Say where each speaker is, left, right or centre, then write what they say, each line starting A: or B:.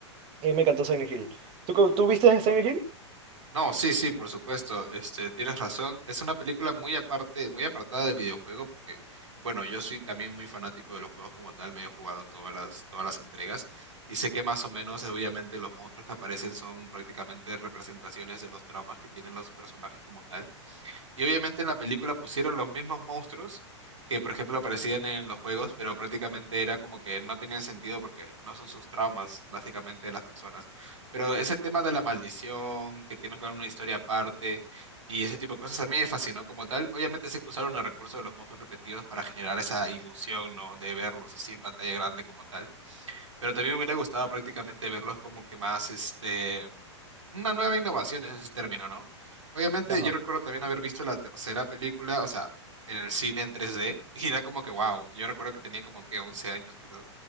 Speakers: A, on the right (about 35°); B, on the right (about 85°).
A: y me encantó Silent Hill. ¿Tú, co- tú viste Silent Hill?
B: no, sí, sí, por supuesto. Este, tienes razón. Es una película muy aparte, muy apartada del videojuego porque, bueno, yo soy también muy fanático de los juegos como tal. Me he jugado todas las, todas las entregas y sé que más o menos, eh, obviamente, los monstruos que aparecen son prácticamente representaciones de los traumas que tienen los personajes como tal. Y obviamente en la película pusieron los mismos monstruos que, por ejemplo, aparecían en los juegos, pero prácticamente era como que no tenían sentido porque no son sus traumas, básicamente, de las personas. Pero ese tema de la maldición, que tienen con una historia aparte y ese tipo de cosas, a mí me fascinó como tal. Obviamente sé que usaron el recurso de los monstruos repetidos para generar esa ilusión, ¿no? De verlos así en pantalla grande como tal. Pero también me hubiera gustado prácticamente verlos como que más, este, una nueva innovación en ese término, ¿no? Obviamente
A: Ajá.
B: yo recuerdo también haber visto la tercera película, o sea, en el cine en tres d <laughs> y era como que, wow, yo recuerdo que tenía como que 11 años quizás,